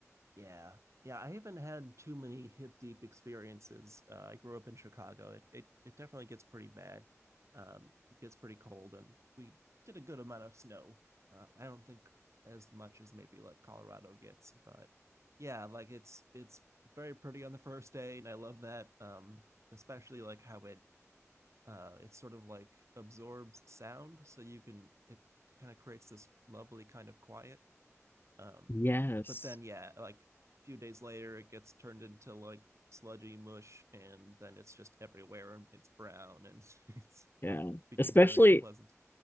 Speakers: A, on the right; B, on the left.
A: Yeah. Yeah, I haven't had too many hip deep experiences. Uh, I grew up in Chicago. It, it it definitely gets pretty bad. Um, it gets pretty cold, and we get a good amount of snow. Uh, I don't think as much as maybe like Colorado gets, but yeah, like it's it's very pretty on the first day, and I love that. Um, especially like how it uh it sort of like absorbs sound, so you can it it kind of creates this lovely kind of quiet um,
B: Yes.
A: but then yeah, like a few days later, it gets turned into like sludgy mush, and then it's just everywhere, and it's brown, and <laughs> it
B: Yeah.
A: becomes
B: Especially
A: very unpleasant.